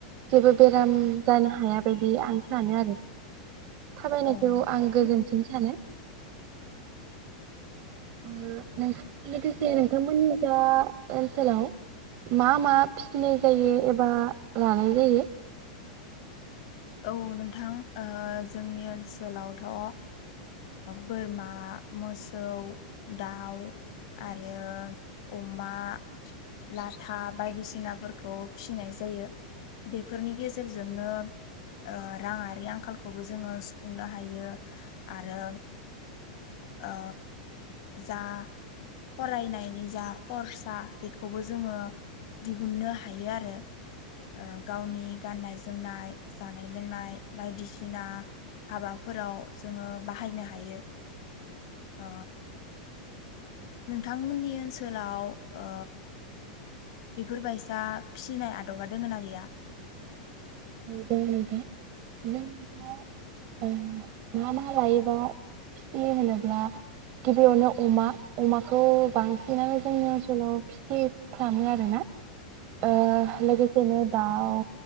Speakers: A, on the right; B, on the left.
A: जेबो बेराम जानो हाया बायदि आं सानो आरो थाबायनायखौ
B: औ नोंथां
A: आं गोजोन <unintelligible> लोगोसे नोंथांमोननि जा ओनसोलाव मा मा फिसिनाय जायो एबा लानाय जायो
B: औ नोंथां जोंनि ओनसोलावथ' ओ बोरमा, मोसौ, दाउ आरो अमा, लाथा बायदिसिनाफोरखौ फिनाय जायो बेफोरनि गेजेरजोंनो औ राङारि आंखालखौबो जोङो सुफुंनो हायो आरो ओ जा फरायनायनि जा खरसा बेखौबो जोङो दिहुननो हायो आरो ओ गावनि गाननाय जोमनाय जानाय लोंनाय बायदिसिना हाबाफोराव जोङो बाहायनो हायो अ नोंथांमोननि ओनसोलाव ओ बेफोरबायसा फिसिनाय आदबा दोङो ना गैया?
A: दं नोथां जों <unintelligible> दा ओ मा मा लायोबा फिसिहोनोब्ला गिबियावनो अमा अमाखौ बांसिनानो जोंनि ओनसोलाव फिसिफ्रामो आरोना ओ लोगोसेनो दाउ